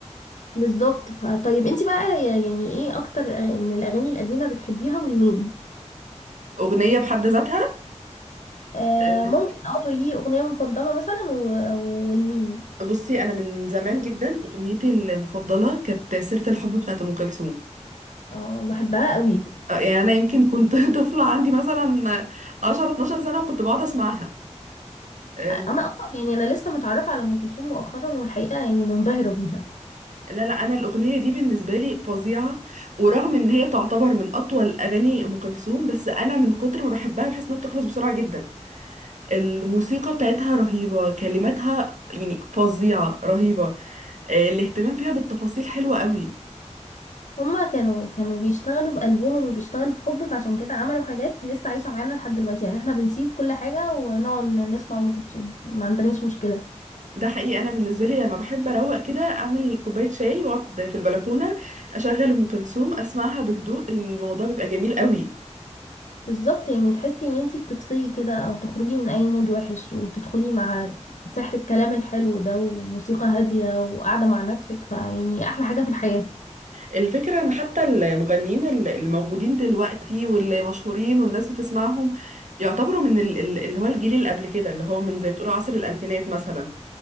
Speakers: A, on the left; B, on the right.
A: بالظبط فطيب انت بقى يعني ايه اكتر من الاغاني القديمه بتحبيها والمين
B: اغنيه بحد ذاتها
A: آه
B: أه،
A: ممكن اه تقولي اغنيه مفضله مثلا و- والمين
B: بصي انا من زمان جدا اغنيتي المفضله كانت سيره الحب بتاعت ام كلثوم
A: اه بحبها قوي
B: آه، يعني انا يمكن كنت <laughs> طفله عندي مثلا 10 12 سنه وكنت بقعد اسمعها أم،
A: انا اصلا يعني انا لسه متعرفه على ام كلثوم مؤخرا والحقيقه يعني منبهره بيها
B: لا لا انا الاغنيه دي بالنسبه لي فظيعه ورغم ان هي تعتبر من اطول اغاني ام كلثوم بس انا من كتر ما بحبها بحس انها بتخلص بسرعه جدا الموسيقى بتاعتها رهيبه كلماتها يعني فظيعه رهيبه آه، الاهتمام فيها بالتفاصيل حلوه قوي
A: هما كانوا كانوا بيشتغلوا بقلبهم وبيشتغلوا بحب فعشان كده عملوا حاجات لسه عايشه معانا لحد دلوقتي يعني احنا بنسيب كل حاجه ونقعد نسمع ام كلثوم ما عندناش مشكله
B: ده حقيقي انا بالنسبه لي لما بحب اروق كده اعمل كوبايه شاي واقعد في البلكونه اشغل ام كلثوم اسمعها بهدوء الموضوع بيبقى جميل قوي
A: بالظبط يعني تحسي ان انتي بتفصلي كده او تخرجي من اي مود وحش وتدخلي مع سحر الكلام الحلو ده وموسيقى هادية وقاعدة مع نفسك فيعني احلى حاجة في الحياة
B: الفكرة ان حتى المغنيين ال- الموجودين دلوقتي واللي مشهورين والناس بتسمعهم يعتبروا من ال- ال- اللي هو الجيل اللي قبل كده اللي هو من زي بتقولوا عصر الألفينات مثلا